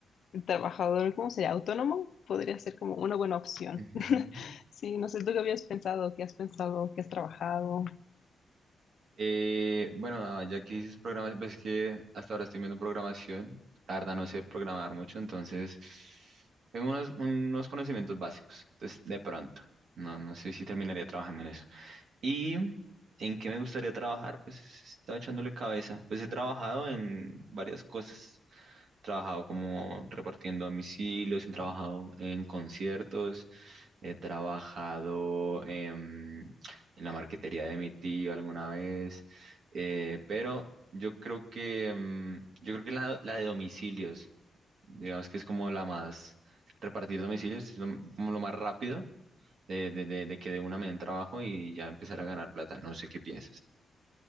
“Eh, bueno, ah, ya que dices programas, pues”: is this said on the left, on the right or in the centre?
Right